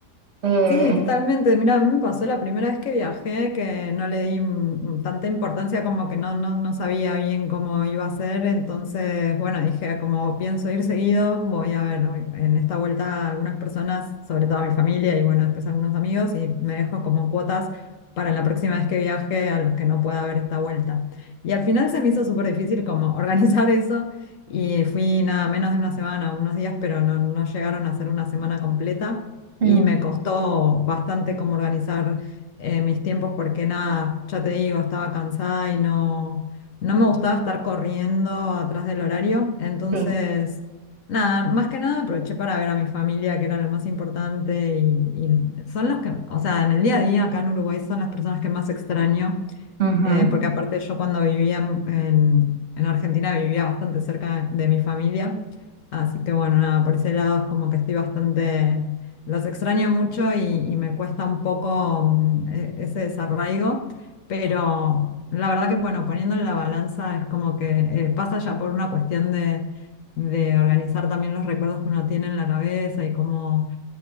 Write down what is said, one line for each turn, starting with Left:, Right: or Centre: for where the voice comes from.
Right: Eh,
Left: Sí, totalmente. Mira, a mí me pasó la primera vez que viajé que no le di mm, tanta importancia como que no, no, no sabía bien cómo iba a ser. Entonces, bueno, dije, como pienso ir seguido, voy a ver voy- en esta vuelta algunas personas, sobre todo a mi familia y bueno, después algunos amigos, y me dejo como cuotas para la próxima vez que viaje a los que no pueda ver esta vuelta. Y al final se me hizo súper difícil como <laughs> organizar eso y fui nada menos de una semana, unos días, pero no, no llegaron a ser una semana completa
Right: mm,
Left: y me costó bastante como organizar eh, mis tiempos porque nada, ya te digo, estaba cansada y no, no me gustaba estar corriendo atrás del horario. Entonces,
Right: sí,
Left: nada, más que nada aproveché para ver a mi familia, que era lo más importante y, y son los que, o sea, en el día a día acá en Uruguay son las personas que más extraño
Right: ujú,
Left: eh, porque aparte yo cuando vivía en, en- en Argentina vivía bastante cerca de mi familia, así que bueno, nada, por ese lado es como que estoy bastante, los extraño mucho y, y me cuesta un poco mm, e- ese desarraigo, pero la verdad que bueno, poniendo en la balanza es como que eh, pasa ya por una cuestión de, de organizar también los recuerdos que uno tiene en la cabeza y cómo